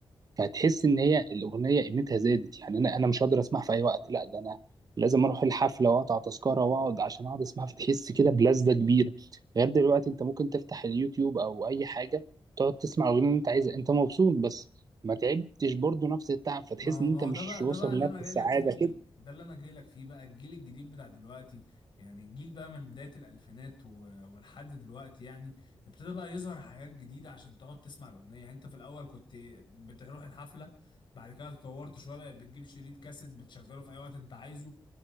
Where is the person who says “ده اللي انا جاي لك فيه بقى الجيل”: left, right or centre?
Left